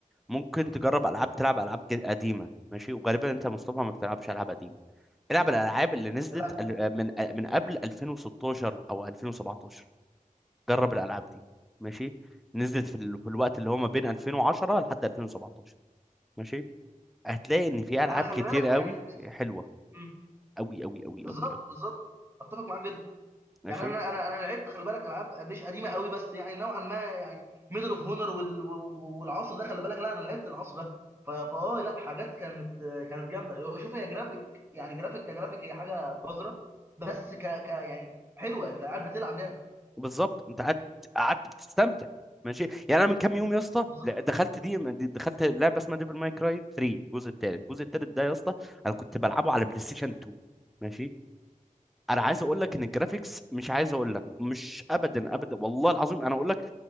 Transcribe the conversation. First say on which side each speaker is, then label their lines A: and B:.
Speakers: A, in the centre; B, on the right.
A: ممكن تجرب العاب تلعب العاب جد- قديمه ماشي وغالبا انت يا مصطفى ما بتلعبش العاب قديمه العب الالعاب اللي نزلت
B: لا
A: ال- من من قبل 2016 او 2017 جرب الالعاب دي ماشي نزلت في ال- في الوقت اللي هو ما بين 2010 لحد 2017 ماشي هتلاقي ان في العاب
B: انا خلي
A: كتير
B: بالك
A: قوي
B: يعني
A: حلوه
B: مم.
A: قوي قوي قوي
B: بالظبط
A: قوي قوي
B: بالظبط اتفق معاك جدا
A: ماشي
B: يعني انا انا انا لعبت خلي بالك العاب مش قديمه قوي بس يعني نوعا ما يعني ميدل اوف هونر والعصر ده خلي بالك لا انا لعبت العصر ده ف- فاه لا حاجات كانت كانت جامده شوف هي جرافيك يعني جرافيك كجرافيك هي حاجه قذره بس ك ك يعني حلوه انت قاعد بتلعب لعبه
A: بالظبط انت قعدت قعدت بتستمتع ماشي يعني انا من كام يوم يا اسطى
B: بالظبط
A: لا- دخلت دي دخلت لعبه اسمها ديفل ماي كراي 3 الجزء الثالث الجزء الثالث ده يا اسطى انا كنت بلعبه على بلاي ستيشن 2 ماشي انا عايز اقول لك ان الجرافيكس مش عايز اقول لك مش ابدا ابدا والله العظيم انا اقول لك